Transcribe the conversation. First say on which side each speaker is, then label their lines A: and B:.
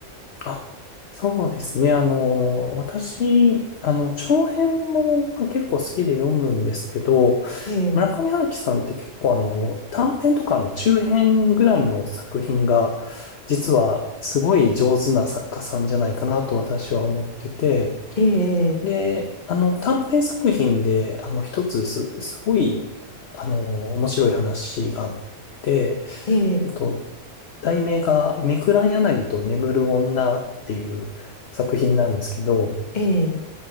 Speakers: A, on the left; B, on the left.
A: あ、そうですね。あの、私、あの、長編もまあ結構好きで読むんですけど、
B: ええ
A: 村上春樹さんって結構あの、短編とかの中編ぐらいの作品が、実はすごい上手な作家さんじゃないかなと私は思ってて、
B: ええ、
A: で、あの、短編作品で、あの、一つす、すごい、あの、面白い話があって、
B: ええ、
A: えっと、題名が、めくら柳と眠る女っていう作品なんですけど、
B: ええ、